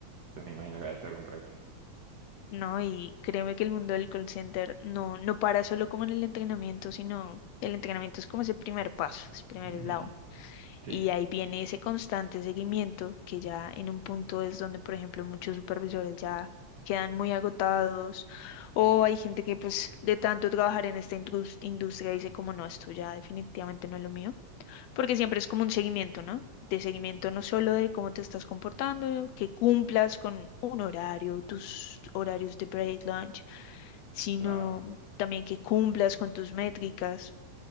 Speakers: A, on the right; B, on the left.
A: Entonces me imagino que debe ser un reto.
B: No, y créeme que el mundo del call center no, no para solo como en el entrenamiento, sino el entrenamiento es como ese primer paso, ese primer
A: Ujú,
B: eslabón.
A: Sí,
B: Y ahí viene ese constante seguimiento que ya en un punto es donde, por ejemplo, muchos supervisores ya quedan muy agotados o hay gente que pues de tanto trabajar en esta indus- industria dice como no, esto ya definitivamente no es lo mío porque siempre es como un seguimiento, ¿no? De seguimiento no solo de cómo te estás comportando, que cumplas con un horario, tus horarios de break, lunch, sino
A: claro.
B: también que cumplas con tus métricas,